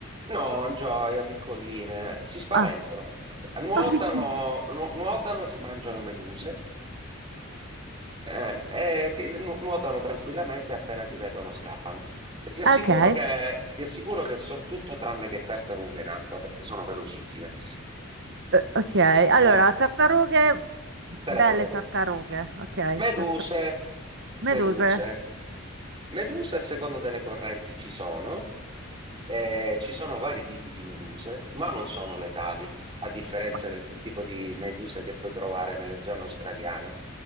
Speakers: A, on the right; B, on the right.
A: no, gioia, piccoline, si spaventano,
B: Ah, <laughs>
A: nuotano,
B: ma vicino.
A: nu- nuotano, si mangiano meduse eh, e ti, nu- nuotano tranquillamente appena ti vedono scappano. E ti assicuro
B: Ok, eh,
A: che, ti assicuro che sono tutto tranne che tartarughe in acqua perché sono velocissime.
B: ok. Allora,
A: Eh,
B: tartarughe, belle
A: te le puoi vedere.
B: tartarughe, ok,
A: Meduse,
B: tartarughe. Meduse,
A: meduse. Meduse a seconda delle correnti ci sono, eh, ci sono vari tipi di meduse, ma non sono letali, a differenza
B: ma,
A: del tipo di meduse che puoi trovare nelle zone australiane.